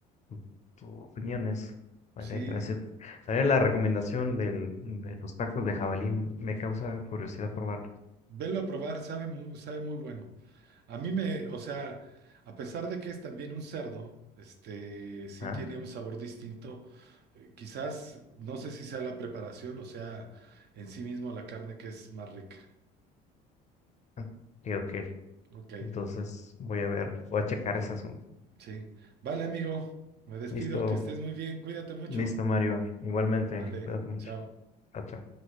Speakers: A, on the left (about 35°); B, on the right (about 55°).
A: tu- tus opiniones. Vale,
B: sí,
A: gracias. También la recomendación del, de los tacos de jabalí m- me causa curiosidad probarlo.
B: Velo a probar, sabe muy, sabe muy bueno. A mí me, o sea, a pesar de que es también un cerdo, este, sí
A: ¿Ah?
B: tiene un sabor distinto. Eh, quizás, no sé si sea la preparación o sea en sí mismo la carne que es más rica.
A: Ah, Ok, ok.
B: Ok,
A: Entonces voy a ver, voy a checar ese asunto.
B: sí. Vale, amigo, me despido,
A: Listo,
B: que estés muy bien, cuídate mucho.
A: listo, Mario. Igualmente,
B: Vale,
A: cuídate mucho.
B: chao.
A: Chao, chao.